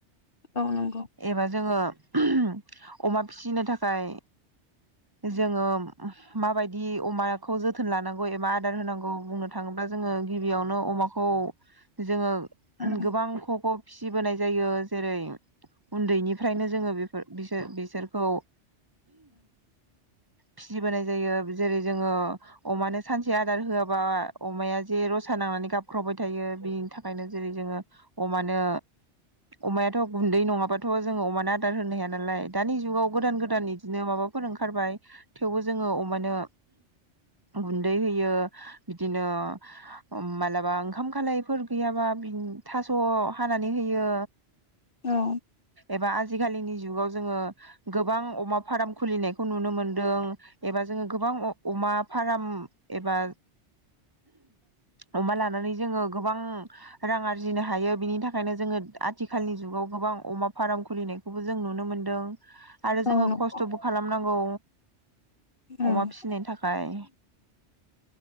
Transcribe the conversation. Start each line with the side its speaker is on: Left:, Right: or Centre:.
Left: औ नंगौ
Right: एबा जोङो अमा फिसिनो थाखाय जोङो माबायदि अमाखौ जोथोन लानांगौ एबा आदार होनांगौ बुंनो थाङोब्ला जोङो गिबियावनो अमाखौ जोङो
Left: उम
Right: गोबां ख ख फिसिबोनाय जायो जेरै उन्दैनिफ्रायनो जोङो बेफोर बिसोर बिसोरखौ फिसिबोनाय जायो जेरै जोङो अमानो सानसे आदार होआबा अमाया जे रसा नांनानै गाबख्रावबाय थायो बिनि थाखायनो जेरै जोङो अमानो अमायाथ' गुन्दै नङाबाथ' जोङो अमानो आदार होनो हाया नालाय दानि जुगाव गोदान गोदान बिदिनो माबा फोर ओंखारबाय थेवबो जोङो अमानो गु न्दै होयो बिदिनो अम मालाबा ओंखाम खालाय‌ गैयाबा बि था स हानानै होयो
Left: औ
Right: एबा आजिखालिनि जुगाव जोङो गोबां अमा फार्म खुलिनायखौ नुनो मोनदों एबा जोङो गोबां अ अमा फार्म एबा अमा लानानै जोङो गोबां रां आरजिनो हायो बिनि थाखायनो जोङो आथिखालनि जुगाव गोबां अमा फार्म खुलिनाय खौबो जों नुनो मोनदों आरो
Left: औ
Right: जोङो
Left: नंगौ
Right: खस्थ'बो खालामनांगौ
Left: उम
Right: अमा फिनायनि थाखाय।